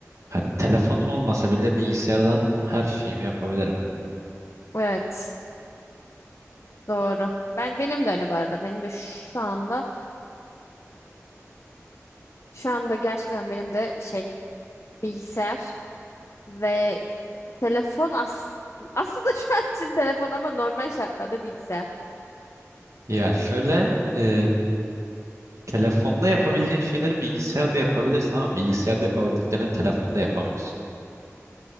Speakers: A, on the right; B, on the left.
A: Hani telefonum olmasa bile bilgisayardan her şeyimi yapabilirim.
B: evet, doğru. Ben benim de öyle bu arada. Benim de şu anda şu anda gerçekten benim de şey bilgisayar ve telefon as aslında <laughs> şu an için telefon ama normal şartlarda bilgisayar.
A: Ya şöyle e, telefonda yapabildiğin şeyleri bilgisayarda yapabilirsin ama bilgisayarda yapabildiklerini telefonda yapamıyorsun.